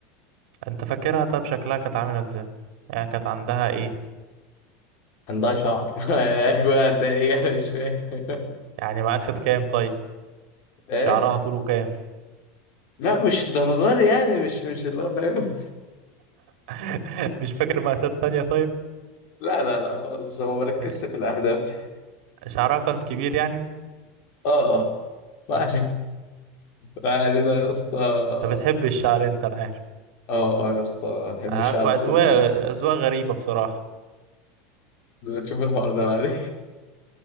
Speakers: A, on the right; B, on the left.
A: انت فاكرها طيب شكلها كانت عامله ازاي يعني كانت عندها ايه
B: عندها شعر <laughs> ايوه قد ايه يعني مش فاهم
A: يعني مقاسات كام طيب
B: ايه
A: شعرها طوله كام
B: لا مش الدرجه دي يعني مش مش اللي هو فاهم
A: <laughs> مش فاكر مقاسات تانية طيب
B: لا لا لا خالص بس أنا ما بركزش
A: ماشي
B: في الاهداف دي
A: شعرها كان كبير يعني
B: اه اه ما
A: ماشي
B: علينا ما علينا يا اسطى اه
A: انت بتحب الشعر انت انا عارف
B: اه يا اسطى بحب
A: آه،
B: الشعر
A: كو-
B: الطويل
A: اذواق
B: بصراحه
A: اذواق غريبة بصراحة
B: تشوف الحوار ده بعدين